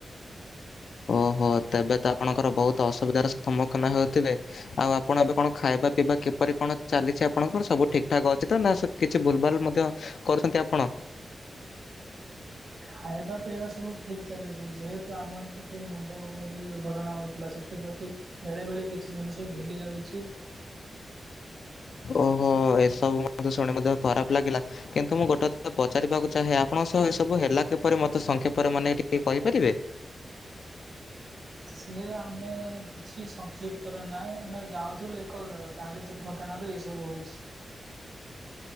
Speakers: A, on the left; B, on the right.
A: ଓ ହୋ ତେବେ ତ ଆପଣଙ୍କର ବହୁତ ଅସୁବିଧାର ସମ୍ମୁଖୀନ ହେଉଥିବେ। ଆଉ ଆପଣ ଏବେ କଣ ଖାଇବା ପିଇବା କିପରି କଣ ଚାଲିଛି ଆପଣଙ୍କର ସବୁ ଠିକ ଠାକ ଅଛି ତ ନା ସ କିଛି ଭୁଲ ଭାଲ ମଧ୍ୟ କରୁଛନ୍ତି ଆପଣ?
B: ଖାଇବା ପିଇବା ସବୁ ଠିକ୍ ଚାଲିଛି ଯେହେତୁ ଆମର ଟିକିଏ ମୁଣ୍ଡ ଉପଗର ଯେଉଁ ଦୁର୍ଘଟଣା ହୋଇଥିଲା ସେଥିପ୍ରତି ବେଳେ ବେଳେ କିଛି ଜିନିଷ ଭୁଲି ଯାଉଛି।
A: ଓହୋ ଏସବୁ ମଧ୍ୟ୍ୟ ଶୁଣିକି ଖରାପ ଲାଗିଲା କିନ୍ତୁ ମୁଁ ଗୋଟେ ପଚାରିବାକୁ ଚାହେଁ ଆପଣଙ୍କ ସହ ଏସବୁ ହେଲା କିପରି ମୋତେ ସଂଖେ ପରେ ମାନେ ଟିକେ କହିପାରିବେ?
B: ସି ଆମେ କିଛି ସଂକ୍ଷିପ୍ତରେ ନାହିଁ ଆମେ ଯାଉଥିଲୁ ଏକ ଗାଡି ଦୁର୍ଘଟଣ ର ଏ ସବୁ ହୋଇଛି।